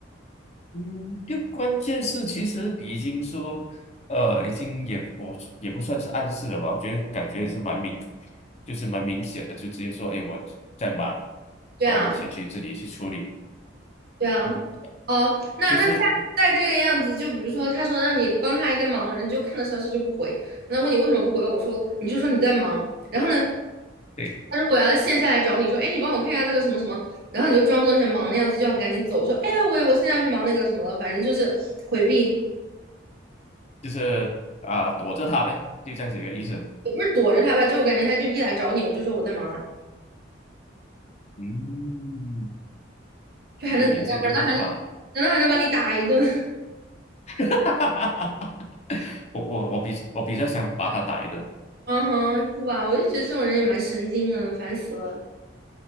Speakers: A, on the left (about 35°); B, on the right (about 50°).
A: 嗯，就关键是其实已经说，呃，已经也我也不算是暗示了吧，我觉得感觉也是蛮明，就是蛮明显的，就直接说，哎，我在忙，
B: 对啊。
A: 然后你先去自己去处理，
B: 对啊，
A: 嗯，
B: 哦，那那下次再这个样子，
A: 就是。
B: 就比如说他说让你帮他一个忙，你就看到消息就不回，然后问你为什么不回，我说你就说你在忙，然后呢，
A: 对。
B: 他如果要线下来找你说，哎，你帮我看一下这个什么什么，然后你就装作你很忙的样子，就要赶紧走，说，哎呀，我我现在要去忙那个什么了，反正就是回避，
A: 就是啊、躲着他呗，就这样子一个意思。
B: 也不是躲着他吧，就我感觉他就一来找你，我就说我在忙啊，
A: 嗯，
B: 就还能怎样？
A: 可以，这个方法，
B: 难道还能难道还能把你打一顿？<laughs>
A: <laughs> 我我我比我比较想把他打一顿。
B: 嗯哼，是吧？我就觉得这种人也蛮神经的，烦死了，